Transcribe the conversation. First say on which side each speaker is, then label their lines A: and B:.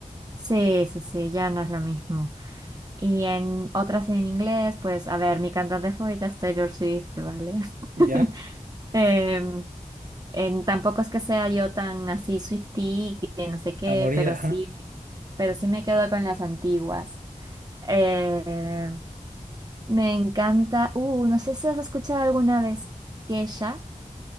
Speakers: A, on the right (about 30°); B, on the right (about 80°).
A: Sí, sí, sí, ya no es lo mismo. Y en otras en inglés, pues, a ver, mi cantante favorita es Taylor Swift, ¿vale?
B: ¿Ya?
A: <laughs> Em, en- tampoco es que sea yo tan así Swiftie, que no sé qué,
B: A morir,
A: pero
B: ajá.
A: sí, pero sí me quedo con las antiguas. Eh, Me encanta. Uh, no sé si has escuchado alguna vez Kesha